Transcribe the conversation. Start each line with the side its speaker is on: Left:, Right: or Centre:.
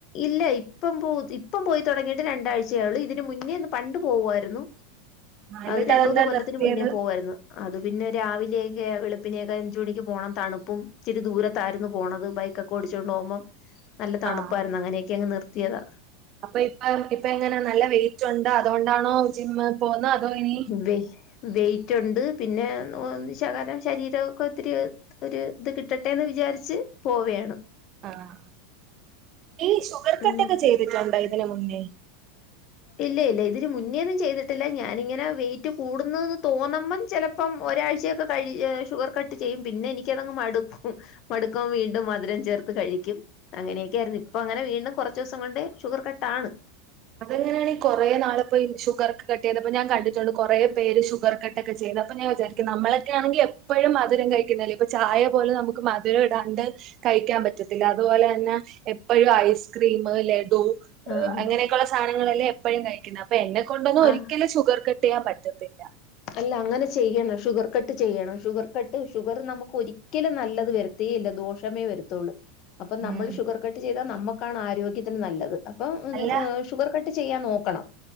Left: ഇല്ല ഇപ്പം പോ ഇപ്പം പോയി തൊടങ്ങിയിട്ട് രണ്ടാഴ്ച ആയുള്ളൂ. ഇതിന് മുന്നേ പണ്ട് പോവുവായിരുന്നു.
Right: ആഹ് എന്നിട്ട്
Left: അത് രണ്ട്
Right: അതെന്താ
Left: മൂന്ന് കൊല്ലത്തിന്
Right: നിർത്തിയത്
Left: മുന്നേ പോവായിരുന്നു. അത് പിന്നെ രാവിലെയൊക്കെ വെളുപ്പിനൊക്കെ അഞ്ച് മണിക്ക് പോണം. തണുപ്പും ഇച്ചിരി ദൂരത്തായിരുന്നു പോണത്. ബൈക്ക ക്കോടിച്ചോണ്ട് പോമ്പം നല്ല തണുപ്പായ്രുന്നു.
Right: ആഹ്
Left: അങ്ങനെയൊക്കെയങ്ങ് നിർത്തിയതാ.
Right: അപ്പൊ ഇപ്പൊ ഇപ്പ എങ്ങനെ നല്ല വെയിറ്റ് ഉണ്ടാ അതുകൊണ്ടാണോ ജിമ്മ് പോവുന്നത് അതോ ഇനി
Left: വെ വെയിറ്റ് ഒണ്ട് പിന്നെ ഒന്ന് ശകലം ശരീരമൊക്കെ ഒത്തിരി ഒരു ഇത് കിട്ടട്ടെന്ന് വിചാര്ച്ച് പോവേണ്.
Right: ആഹ് ഈ ഷുഗർ
Left: ഉം
Right: കട്ടൊക്കെ ചെയ്തിട്ടുണ്ടോ ഇതിന് മുന്നേ.
Left: ഇല്ല ഇല്ല ഇതിന് മുന്നേന്നും ചെയ്തിട്ടില്ല. ഞാനിങ്ങനെ വെയിറ്റ് കൂടുന്നെന്ന് തോന്നുമ്പം ചെല പ്പം ഒരാഴ്ചയൊക്കെ കഴി ഷുഗർ കട്ട് ചെയ്യും. പിന്നെ എനിക്കതെങ്ങ് മടുക്കും. മടുക്കുമ്പ വീണ്ടും മധുരം ചേർത്ത് കഴിക്കും. അങ്ങനെയൊക്കെ ആയിരുന്നു. ഇപ്പൊ അങ്ങനെ വീണ്ടും കൊർച്ചൂസം കൊണ്ട് ഷുഗർ കട്ട് ആണ്.
Right: അതെങ്ങനെയാണ് ഈ കൊറെ നാള് ഇപ്പ ഷുഗർ കട്ട് ചെയ്തപ്പോ ഞാൻ കണ്ടിട്ടുണ്ട് കൊറേ പേര് ഷുഗർ കട്ടൊക്കെ ചെയ്ത് അപ്പ ഞാൻ വിചാരി നമ്മളൊക്കെ ആണെങ്കി എപ്പഴും മധുരം കഴിക്കുന്നല്ലേ. ഇപ്പൊ ചായ പോലും നമുക്ക് മധുരം ഇടാണ്ട് കഴിക്കാൻ പറ്റത്തില്ല. അതുപോലന്ന എപ്പോഴും ഐസ്ക്രീം, ലഡു
Left: ആഹ്
Right: അങ്ങനെ. ഉള്ള സാനങ്ങളെല്ലേ എപ്പഴും കഴിക്കുന്ന. അപ്പൊ എന്നെ കൊണ്ടൊന്നും
Left: ആ
Right: ഒരിക്കലും ഷുഗർ കട്ട് ചെയ്യാൻ പറ്റത്തില്ല.
Left: അല്ല അങ്ങനെ ചെയ്യണം. ഷുഗർ കട്ട് ചെയ്യണം. ഷുഗർ കട്ട് ഷുഗർ നമുക്ക് ഒരിക്കലും നല്ലത് വര ത്തേയില്ല ദോഷമേ വരുത്തുള്ളൂ. അപ്പം നമ്മള്
Right: ഉം
Left: ഷുഗർ കട്ട് ചെയ്താ നമ്മക്കാണ് ആരോഗ്യത്തിന് നല്ലത്. അപ്പം
Right: അല്ല
Left: ഷുഗർ കട്ട് ചെയ്യാൻ നോക്കണം.